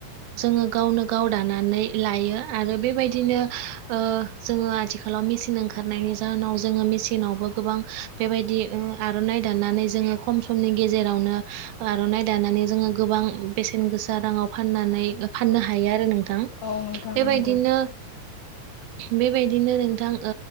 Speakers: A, on the right; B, on the left.
A: जोङो गावनो गाव दानानै लायो आरो बेबायदिनो जोङो ओ आथिखा लाव मेसिन ओंखारनायनि जाहोनाव जोङो मेसिनावबो गोबां बेबायदि उम आर'नाइ दाननानै जों खम समनि गेजेरावनो आर'नाइ दानानै जोङो गोबां बेसेन गोसा राङाव फाननानै फाननो हायो आरो नोंथां
B: औ नोंथां
A: बेबायदिनो
B: नंगौ
A: बै बेबायदिनो नोंथां